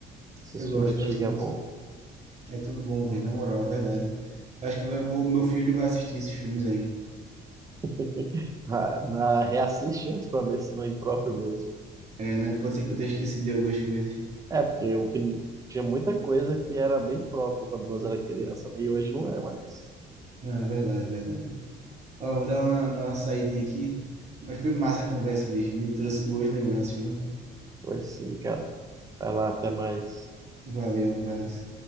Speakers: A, on the right (about 20°); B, on the right (about 40°).
A: Esses
B: Eu gosto,
A: filmes antigos
B: gosto muito.
A: é bom.
B: É tudo bom, velho, na moral, é verdade. Eu Acho que eu vou, meu filho vai assistir esses filmes aí.
A: <laughs> Ah, mas Reassiste antes pra ver se não é impróprio mesmo.
B: É, né? Pode ser que eu tenha esquecido de algumas coisas.
A: É, porque o que tinha muita coisa que era bem próprio quando nós era criança, né? E hoje não é mais.
B: Não, é verdade, é verdade. Ó, vou dar uma, uma saidinha aqui. Mas foi massa a conversa, bicho. Me trouxe boas lembranças, viu?
A: Pois sim, cara. Vai lá, até mais.
B: Valeu, um abraço.